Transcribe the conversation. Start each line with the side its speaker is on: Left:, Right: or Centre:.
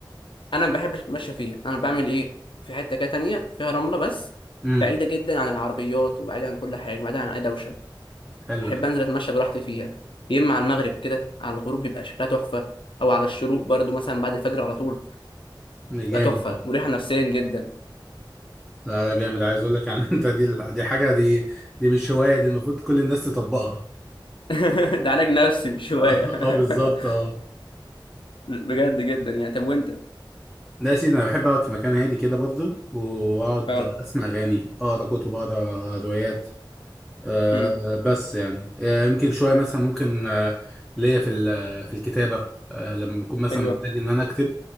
Left: أنا ما بحبش أتمشى فيها أنا بعمل إيه في حتة كده تانية فيها رملة بس
Centre: امم
Left: بعيدة جدا عن العربيات وبعيدة عن كل حاجة بعيدة عن أي دوشة
Centre: حلو
Left: بحب
Centre: ده
Left: انزل اتمشى براحتي فيها يا اما على المغرب كده على الغروب بيبقى شكلها تحفه او على الشروق برضو مثلا بعد الفجر على طول
Centre: ده
Left: تبقى
Centre: جامد
Left: تحفه
Centre: ده
Left: مريحه نفسيا جدا
Centre: لا لا جامد عايز اقول لك يعني <laughs> انت دي دي حاجة دي دي مش هواية دي المفروض كل الناس تطبقها
Left: <laughs> ده علاج نفسي مش
Centre: <laughs>
Left: هوايه
Centre: اه آه، بالظبط
Left: <laughs>
Centre: اه
Left: بجد جدا يعني طب وانت
Centre: لا يا سيدي انا بحب اقعد في مكان هادي كده برضه واقعد
Left: اه
Centre: اسمع اغاني اقرا كتب اقرا روايات آه،
Left: امم
Centre: بس يعني آه، يمكن شويه مثلا ممكن آه، ليا في ال- آه، في الكتابه آه، لما بكون مثلا
Left: ايوه
Centre: محتاج ان انا اكتب